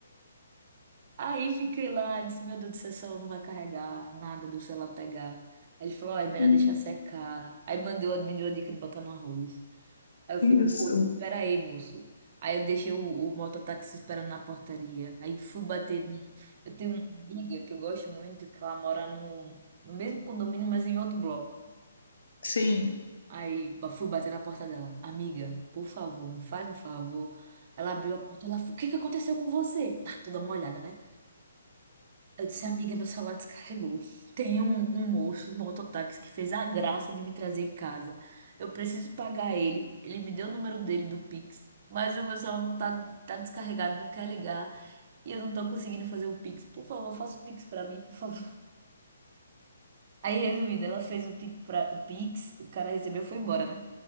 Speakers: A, on the right; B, on the left.
A: Aí fiquei lá, disse, meu Deus do céu, esse celular não vai carregar, nada do celular pegar. Aí ele falou, ó, é melhor
B: Hum,
A: deixar secar. Aí mandou, me deu a dica de botar no arroz. Aí eu falei, moço,
B: Isso,
A: pera aí, moço. Aí eu deixei o, o mototáxi esperando na portaria. Aí fui bater. num- Eu tenho uma amiga que eu gosto muito, que ela mora no, no mesmo condomínio, mas em outro bloco.
B: sim.
A: Aí ba- fui bater na porta dela. Amiga, por favor, me faz um favor. Ela abriu a porta, ela falou, o que que aconteceu com você? Tá toda molhada, né? Eu disse, amiga, meu celular descarregou. Tem um, um moço, um mototáxi, que fez a graça de me trazer em casa. Eu preciso pagar ele. Ele me deu o número dele do Pix, mas o meu celular não tá, tá descarregado, não quer ligar. E eu não tô conseguindo fazer o Pix. Por favor, faça o Pix pra mim, por favor. <laughs> Aí, resumindo, ela fez o Pix, pra, o Pix, o cara recebeu e foi embora, né?